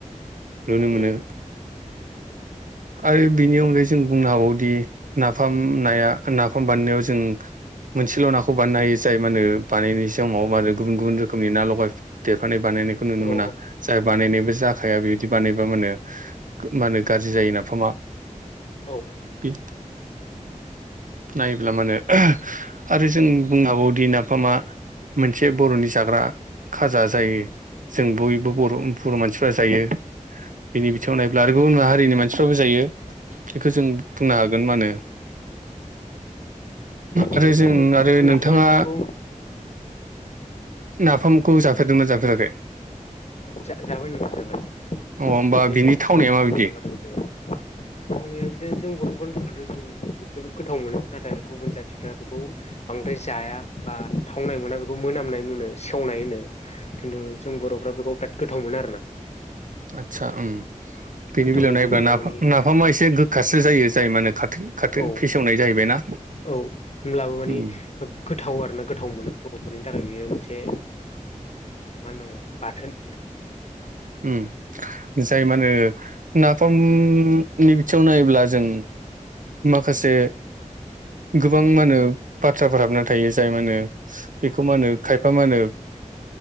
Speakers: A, on the right; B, on the left.
A: नुनो मोनो।
B: उम
A: आरो बिनि अनगायै जों बुंनो हाबावदि नाफाम नाया नाफाम बाननायाव जों मोनसेल' नाखौ बानायनो हायो जाय मा होनो बानायनाय समाव मा होनो गुबुन गुबुन रोखोमनि ना लगाय देफानाय बानायनायखौ नुनो
B: औ
A: मोना। जाय बानायनायबो जाखाया बे बिदि बानायबा मा होनो मा होनो गाज्रि जायो नाफामा।
B: औ।
A: पिट नायोब्ला मानो आरो जों बुंनो हागौदि नाफामा मोनसे बर'नि जाग्रा खाजा जायो जों बयबो बर' बर' मानसिफ्रा जायो बिनि बिथिंङाव नायब्ला आरो गुबुन हारिनि मानसिफ्राबो जायो बेखौ जों बुंनो हागोन मा होनो
B: जायोब्लाबो
A: आरो जों आरो
B: गुबुन
A: नोंथाङा
B: हारि मानसिफोरखौ
A: नाफामखौ जाफेरदोंना जाफेराखै
B: जा-जाबाय नोंथां जाबाय
A: अ होमबा
B: जे <unintelligible>
A: बिनि थावनाया माबायदि
B: मावावनाया बिदिनो जों बर'फोरनि थाखायथ' जों जोबोद गोथाव मोनो। नाथाय गुबुन जाथि फ्रा बेखौ बांद्राय जाया बा थावनाय मोना बेखौ मोनामनाय मोनो सेवनाय होनो। खिन्थु जों बर'फ्रा बेखौ बिराद गोथाव मोनो आरोना।
A: आटचा ओम बेनि
B: गोथावनि
A: बेलायाव नायोबा नाफ-नाफामा
B: माने
A: एसे गोखासो जायो जाय मा होनो खाथो खाथो
B: औ
A: फेसेवनाय जाहैबायना।
B: औ होमब्लाबो माने
A: उम।
B: गोथाव आरो ना गोथाव मोनो बर'फोरनि थाखाय बेयो मोनसे मा होननांगौ बाथोन
A: ओ जाय मा होनो नाफामनि बिथिङाव नायोब्ला जों माखासे गोबां मा होनो बाथ्राफोर हाबना थायो जाय मा होनो बेखौ मा होनो खायफा मा होनो